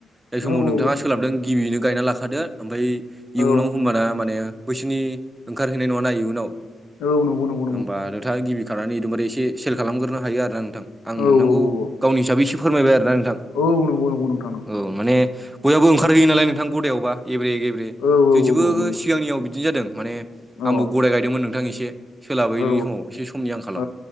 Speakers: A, on the right; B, on the left.
A: जाय समाव
B: औ औ
A: नोंथाङा सोलाबदों गिबियैनो गायना लाखादो ओमफाय इयुनाव
B: औ
A: होमबाना मान बैसिनि ओंखारहैनाय नङा ना इयुनाव
B: औ नोंगौ नोंगौ।
A: होमबा नोंथाङा गिबि खानानै एकदबारे एसे सेल खालामग्रोनो हायो आरोना नोंथां आं
B: औ
A: नोंथांखौ
B: औ औ
A: गावनि हिसाबै <unintelligible> फोरमायबाय आरोना नोंथां।
B: औ नोंगौ नोंगौ नोंथां। नंगौ
A: औ माने बयहाबो ओंखारहैयो नालाय नोंथां गदायावबा एब्रे गेब्रे
B: औ औ
A: जों
B: औ नंगौ
A: <unintelligible> सिगांनियाव
B: नंगौ
A: बिदिनो जादों माने
B: औ
A: आंबो गदाय गायदोंमोन नोंथां एसे। सोलाबैनि
B: औ
A: समाव एसे समनि आंखाल
B: औ